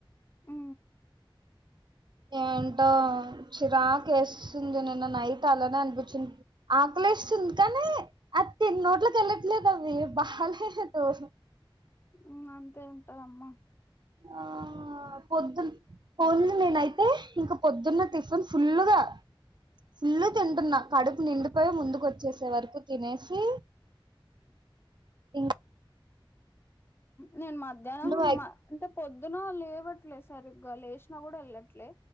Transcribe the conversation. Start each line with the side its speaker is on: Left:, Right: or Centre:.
Left: ఉ
Right: ఏంటో చిరాక ఎస్సుంది, నిన్న నైట్ అలానే అనిపిచింది. ఆకలేస్తుంది కానీ, అది తిన్ నోట్లకి ఎళ్ళట్లేదు అవి బాలేదు.
Left: ఉ అంతే అంటదమ్మ
Right: ఆ పొద్దు పొదు నేనైతే ఇంకా పొద్దున్న టిఫిన్ ఫుల్ గా ఫుల్ తింటున్నా కడుపు నిండిపోయ ముందుకు వచ్చేస్ చే వరకు తినేసి ఇంక
Left: నేన్ మధ్యానం
Right: నువ్వు
Left: వ అంటే పొద్దున లేవట్లే సరిగ్గా, లేశినా కూడా వెళ్ళట్లే.